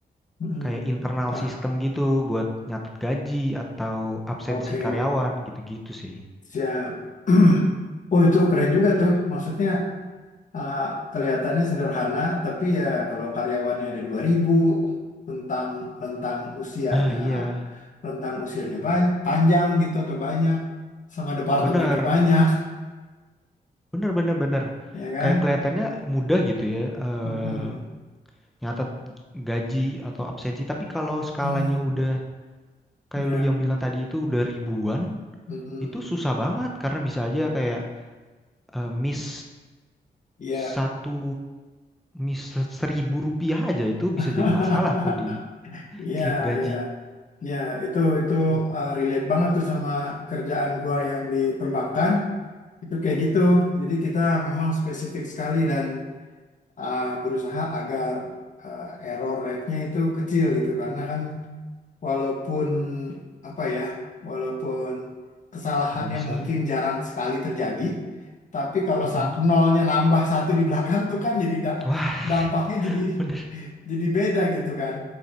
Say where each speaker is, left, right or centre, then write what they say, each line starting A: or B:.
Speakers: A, on the left; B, in the centre.
A: Mm-mm.
B: kayak internal
A: Apa?
B: sistem gitu, buat nyatet gaji atau absensi
A: Oke,
B: karyawan gitu-gitu sih.
A: siap. <clears throat> Oh, itu keren juga tuh. Maksudnya uh, kelihatannya sederhana, tapi ya kalau karyawannya ada 2000 rentang rentang usianya
B: Nah, iya,
A: rentang usianya ban- panjang gitu atau banyak sama departemennya
B: bener,
A: banyak,
B: bener, bener, bener.
A: <laughs> ya kan?
B: Kayak kelihatannya mudah gitu ya, eh,
A: Mm-mm.
B: nyatet gaji atau absensi. Tapi kalau skalanya
A: Mm-mm.
B: udah kayak
A: Ya,
B: lu yang bilang tadi itu udah ribuan,
A: Mm-mm.
B: itu susah banget karena bisa aja kayak eh, miss
A: Ya.
B: satu miss seribu rupiah aja itu bisa
A: <laughs>
B: jadi masalah tuh di
A: Iya,
B: slip gaji.
A: iya, iya, itu itu
B: Hmm.
A: uh, relate banget tuh sama kerjaan gua yang di perbankan. Itu kayak gitu. Jadi kita memang spesifik sekali dan uh, berusaha agar uh, error rate-nya itu kecil gitu. Karena kan walaupun apa ya, walaupun kesalahannya
B: Nggak bisa.
A: mungkin jarang sekali terjadi, tapi kalau
B: Mm-mm.
A: sa- nolnya nambah satu di belakang tuh kan jadi da-
B: Wah,
A: dampaknya jadi
B: <laughs> bener
A: jadi beda gitu kan.